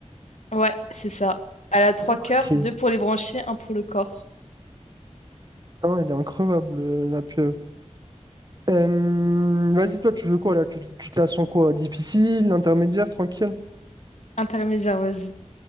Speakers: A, on the left; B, on the right.
A: Ouais, c'est ça. Elle a trois
B: Ok.
A: cœurs, deux pour les branchies, un pour le corps.
B: Non, elle est increvable, euh, la pieuvre. Euh, vas-y, toi, tu veux quoi, là? Tu, tu te la sens quoi? Difficile, intermédiaire, tranquille?
A: Intermédiaire, vas-y.